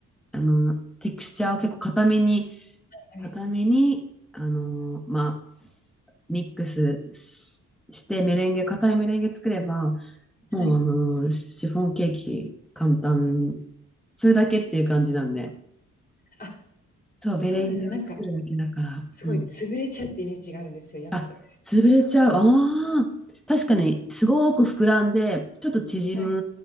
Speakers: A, in the centre; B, on the left (about 30°).
A: あの、テクスチャーを結構固めに、
B: はい。
A: 固めに、あの、まあ、ミックスししてメレンゲ、固いメレンゲ作れば、
B: はい。
A: もうあの、シフォンケーキ簡単。それだけっていう感じなんで。
B: あ、
A: そう、メレンゲを作るだけだから。
B: そうなんですか。なんか、すごい潰れちゃうってイメージがあるんですよ、
A: うん。
B: 焼くと。
A: あ、潰れちゃう。ああ。確かに、すごく膨らんで、ちょっと縮
B: はい。